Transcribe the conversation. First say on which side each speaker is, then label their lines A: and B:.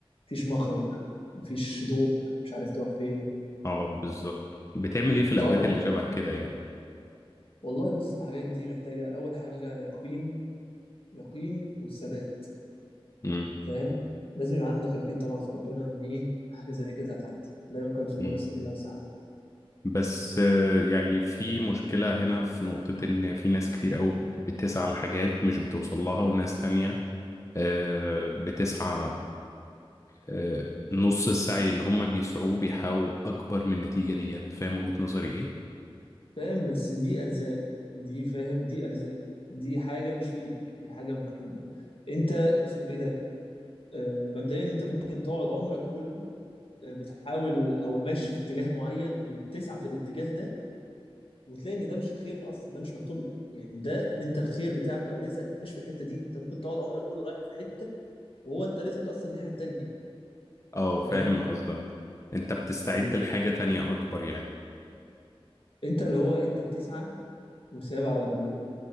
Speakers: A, on the left; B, on the left.
A: مفيش مخرج مفيش ضوء مش عارف تروح فين
B: اه بالظبط بتعمل ايه في الاوقات
A: طبعا
B: اللي شبه كده يعني
A: والله بص الحاجات دي محتاجه اول حاجه يقين يقين والثبات
B: امم
A: فاهم لازم يبقى عندك يقين طبعا في ربنا ان ايه حاجه زي كده هتعدي لا يكلف الله
B: امم
A: نفسا الا وسعها
B: بس آه، يعني في مشكلة هنا في نقطة ان في ناس كتير قوي بتسعى لحاجات مش بتوصل لها وناس تانية آه، بتسعى آه، نص السعي اللي هم بيسعوه بيحققوا أكبر من النتيجة ديت فاهم وجهة نظري إيه؟
A: فاهم بس دي ارزاق دي فاهم دي ارزاق دي حاجه مش في ايدك دي حاجه مكتوبه انت اسمه ايه ده آه مبدئيا انت ممكن تقعد عمرك كله بتحاول او ماشي في اتجاه معين وبتسعى في الاتجاه ده وتلاقي ان ده مش خير اصلا ده مش مكتوب لك يعني ده انت الخير بتاعك او رزقك مش في الحته دي انت ممكن تقعد عمرك كله رايح في حته وهو انت رزقك اصلا الناحيه التانيه
B: اه
A: فاهم
B: فاهم قصدك أنت بتستعد
A: وانت
B: لحاجة تانية أكبر يعني
A: اللي هو انت بتسعى وسايب على ربنا